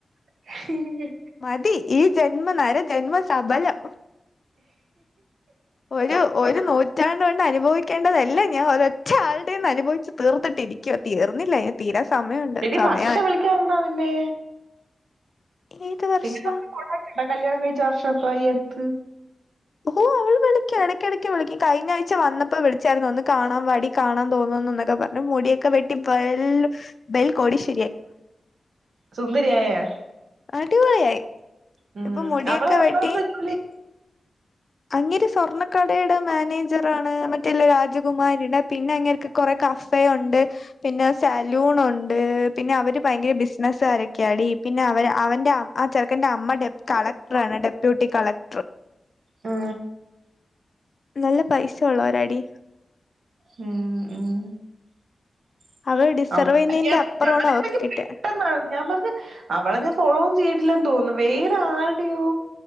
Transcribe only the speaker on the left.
മതി ഈ ജന്മനര ജന്മസഫലം ഒരു ഒരു നൂറ്റാ ണ്ട്കൊണ്ട് അനുഭവിക്കേണ്ടതെല്ലാം ഞാൻ ഒരൊറ്റ ആളുടേന്ന് അനുഭവിച്ച് തീർത്തിട്ടിരിക്കുവാ തീർന്നില്ല ഇനി തീരാ സമയമുണ്ട്
സമയമായി
ഏത് വർഷാ
ഓ അവള് വിളിക്കും ഇടക്കടയ്ക്ക് വിളിക്കും കഴിഞ്ഞ ആഴ്ച വന്നപ്പോ വിളിച്ചായിരുന്നു ഒന്ന് കാണാൻ വാടി കാണാൻ തോന്നുന്നുന്നൊക്കെ പറഞ്ഞു മുടിയൊക്കെ വെട്ടി വെൽ ബെൽകോടിശ്വ
അടിപൊളിയായി
ഇപ്പൊ മുടിയൊക്കെ
വെട്ടി
അങ്ങേര് സ്വർണ്ണക്കടേ ട്ട് മാനേജറാണ് മറ്റെല്ലേ രാ രജകുമാരിടെ പിന്നെ അങ്ങേർക്ക് കൊറേ കഫേ ഉണ്ട് പിന്നെ സലൂൺ ഉണ്ട് പിന്നെ അവര് ഭയങ്കര ബിസിനസാര ക്ക്യാടീ പിന്നെ അവര് അവന്റെ അ ആ ചെറുക്കന്റെ അമ്മ ഡെബ് കളക്ടറാണ് ഡെപ്യൂട്ടി കളക്
നല്ല പൈസ ഉള്ളോരാടീ.
അവള് ഡിസർവ് ചെയ്യുന്നതിന്റെ അപ്പുറമാണ്
അവക്ക്
കിട്ടിയെ